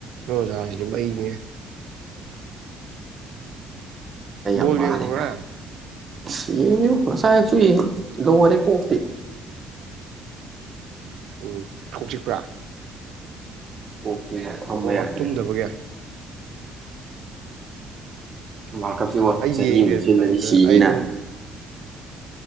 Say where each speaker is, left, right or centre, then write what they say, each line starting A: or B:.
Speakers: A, on the right; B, on the right.
A: ꯅꯣꯏ ꯑꯣꯖꯖꯤꯗꯤ ꯃꯩꯅꯤꯍꯦ
B: ꯑꯩ ꯌꯥꯝ
A: ꯕꯣꯜ
B: ꯋꯥꯔꯦ
A: ꯌꯦꯡꯕ꯭ꯔꯥ
B: ꯚꯥꯏ ꯁꯤ ꯐꯁꯥꯏ ꯆꯨ ꯂꯣꯔ ꯀꯣꯄꯤꯤ
A: ꯎꯝ ꯍꯧꯖꯤꯛꯄ꯭ꯔꯥ
B: ꯑꯣꯀꯦ ꯐꯪꯃꯦ
A: ꯑꯣ
B: ꯌꯥ꯭ꯔꯦ
A: ꯇꯨꯝꯗꯕꯒꯤ
B: ꯋꯥꯔꯜ ꯀꯞꯁꯦ ꯍ
A: ꯑꯩ
B: ꯆꯍꯤ
A: ꯌꯦꯡꯗꯦ
B: ꯑꯃꯡꯨꯝꯕ ꯁꯤꯜꯂꯗꯤ
A: ꯇꯟꯅ
B: ꯁꯤꯅꯤꯅ
A: ꯑꯩ ꯑꯗꯨꯝ